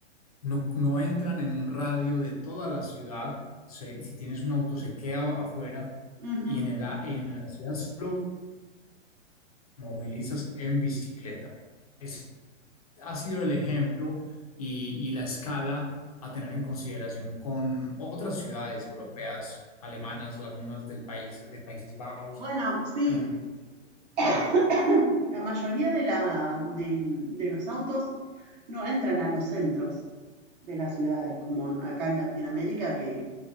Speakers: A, on the left; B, on the right.
A: no, no entran en un radio de toda la ciudad. Se- si tienes un auto, se queda afuera
B: ujú.
A: y en, el, a- y en la ciudad solo movilizas en bicicleta. Es, ha sido el ejemplo y, y la escala a tener en consideración con otras ciudades europeas, alemanas, las mismas del país, de Países Bajos.
B: Bueno, sí,
A: Bueno,
B: <coughs> <clears throat> la mayoría de, la, de, de los autos no entran a los centros de las ciudades, como en- acá en Latinoamérica, que